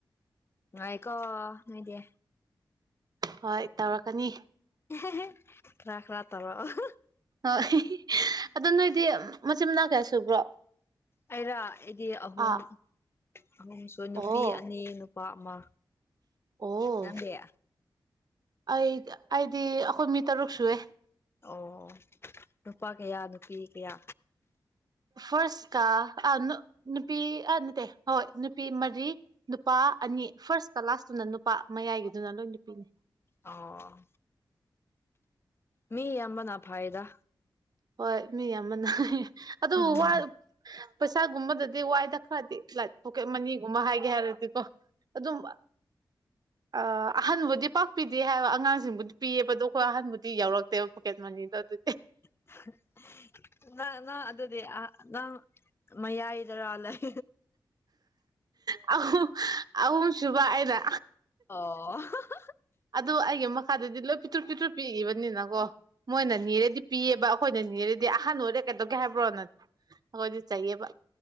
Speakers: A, on the left; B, on the right.
A: ꯅꯨꯉꯥꯢꯀꯣ ꯅꯣꯢꯗꯤ
B: ꯍꯣꯢ ꯇꯧꯔꯛꯀꯅꯤ
A: ꯑꯦꯍꯦꯍꯦ ꯈ꯭ꯔꯥ ꯈ꯭ꯔꯥ ꯇꯧꯔꯛꯑꯣ ꯑꯍꯍ
B: ꯑ ꯍꯦꯍꯦ ꯑꯗꯨ ꯅꯣꯢꯗꯤ ꯃꯆꯤꯟ ꯃꯅꯥꯎ ꯀꯌꯥ ꯁꯨꯕ꯭ꯔꯣ
A: ꯑꯩꯔ ꯑꯩꯗꯤ ꯑꯍꯨꯝ
B: ꯑꯥ
A: ꯑꯍꯨꯝꯁꯨ ꯅꯨꯄꯤ
B: ꯑꯣ
A: ꯑꯅꯤ ꯅꯨꯞ ꯄꯥ ꯑꯃ
B: ꯑꯣ
A: ꯅꯪꯗꯤ
B: ꯑꯩ ꯑꯩꯗꯤ ꯑꯩꯈꯣꯢ ꯃꯤ ꯇꯔꯨꯛ ꯁꯨꯑꯦ
A: ꯑꯣ ꯅꯨꯄꯥ ꯀꯌꯥ ꯅꯨꯄꯤ ꯀꯌꯥ
B: ꯐꯥꯔꯁꯀ ꯑꯥ ꯅꯨ ꯅꯨꯄꯤ ꯑ ꯅꯠꯇꯦ ꯍꯣꯏ ꯅꯨꯄꯤ ꯃꯔꯤ ꯅꯨꯄꯥ ꯑꯅꯤ ꯐꯥꯔꯁꯀ ꯂꯥꯁꯇꯨꯅ ꯅꯨꯄꯥ ꯃꯌꯥꯏꯒꯤꯗꯨꯅ ꯂꯣꯏ ꯅꯨꯄꯤꯅꯤ
A: ꯑꯣ ꯃꯤ ꯌꯥꯝꯕꯅ ꯐꯥꯏꯗ
B: ꯍꯣꯏ ꯃꯤ ꯌꯥꯝꯕꯅ ꯍꯥ ꯍꯥ ꯑꯗꯨ
A: ꯎꯝ
B: ꯋꯥ ꯄꯩꯁꯥꯒꯨꯝꯕꯗ ꯗꯤ ꯋꯥꯏꯗ ꯈꯔꯗꯤ ꯂꯥꯏꯛ ꯄꯣꯀꯦꯠ ꯃꯅꯤꯒꯨꯝꯕ ꯍꯥꯏꯒꯦ ꯍꯥꯏꯔꯗꯤꯀꯣ ꯑꯗꯨꯝ ꯑꯥ ꯑꯍꯟꯕꯨꯗꯤ ꯄꯥꯛ ꯄꯤꯗꯦ ꯍꯥꯏꯕ ꯑꯉꯥꯡꯁꯤꯡꯕꯨꯗꯤ ꯄꯤꯌꯦꯕ ꯑꯗꯣ ꯄ ꯑꯍꯟꯕꯨꯗꯤ ꯌꯥꯎꯔꯛꯇꯦꯕ ꯄꯣꯀꯦꯠ ꯃꯅꯤꯗꯣ ꯑꯗꯨꯒꯤ
A: ꯑꯍꯥ ꯅꯪ ꯅꯪ ꯑꯗꯨꯗꯤ ꯑꯥ ꯅꯪ ꯃꯌꯥꯏꯗꯔꯥ ꯂꯩ
B: ꯍꯥ ꯑꯍꯨꯝ ꯑꯍꯨꯝ ꯁꯨꯕ ꯑꯩꯅ
A: ꯑꯣ ꯍꯥ ꯍꯥ
B: ꯑꯗꯨ ꯑꯩꯒꯤ ꯃꯈꯥꯗꯗꯤ ꯂꯣꯏ ꯄꯤꯇ꯭ꯔꯨꯨꯞ ꯄꯤꯇ꯭ꯔꯨ ꯄꯤꯛꯏꯕꯅꯤꯅꯀꯣ ꯃꯣꯏꯅ ꯅꯤꯔꯥꯗꯤ ꯄꯤꯌꯦꯕ ꯑꯩꯈꯣꯏꯅ ꯅꯤꯔꯗꯤ ꯑꯍꯟ ꯑꯣꯏꯔꯦ ꯀꯩꯗꯧꯒꯦ ꯍꯥꯏꯕ꯭ꯔꯣꯅ ꯑꯩꯈꯣꯏꯗꯤ ꯆꯩꯌꯦꯕ